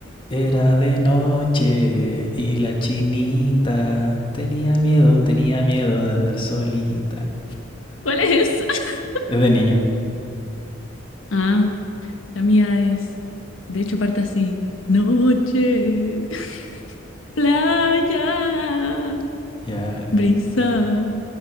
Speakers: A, on the left; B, on the left.
A: Era de noche y la chinita tenía miedo, tenía miedo de andar solita.
B: ¿Cuál es esa? <laughs>
A: Es de niño.
B: Ah, la mía es. De hecho, parte así. Noche, <laughs> playa,
A: Ya,
B: brisa.